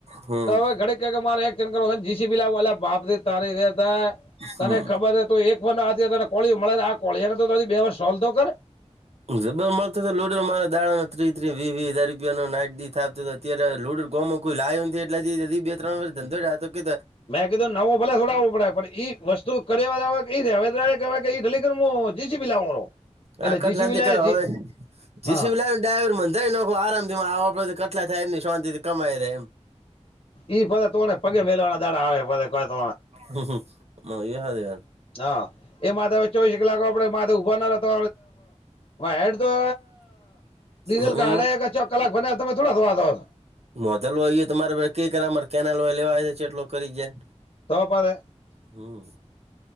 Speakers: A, on the right (about 60°); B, on the left (about 55°).
A: હમ
B: તોવે ઘડી ક મારે કર જીસી બી લ બાપથી તારેે હતા તને
A: હમ
B: ખબર છે તું એક વર આ તને કોળી મળે આ કોળીને તો બે વરષ સોલ તો કરે
A: જબર મસ્તતો લુડો મારા દાડા ન ત્રી ત્રી વી વી હાજાર રૂપિયા નો નાટ થાપતો અત્યારે લુડ ગમો કોઈ લાયું નથી એટલેી બે ત્રણ વર્ષ ધંધો રહ્યોતો કે
B: મેં કીધું નવો ભલે થોડાવો પડે પણઈ વસ્તુ કરે એ દવેદ્ર કેવા કે ઢલીકણ મું જીસીબી લાવવાનો. એટલે
A: આ કટલાથી
B: જીસીબી લાય
A: કરો
B: જી
A: હવે જીસી
B: હા
A: લાવેને ડ્રાઈર મન જઈ નખો આરામ માં આવ આપડેથી કેટલા થાય એમની શાંતિથી કમાઈાય એમ
B: ઈ ફ તોને પગે વહેલ વાળા દાડા આવે પ ક ત
A: મ હા દવા
B: હા એ માથે હવે ચોવીસ કલાક આપડે માથે ઉભા નાતો હ એડ તો ડીઝલ
A: હમ
B: કાઢે ચો કલાક બને્યા તમે થોડા વાંધો છો
A: મોઢલ હોય તમારે કઈ કરરે કેનાલ હોય લેવાટલો કરી જાય
B: તોપ આવે
A: હમ.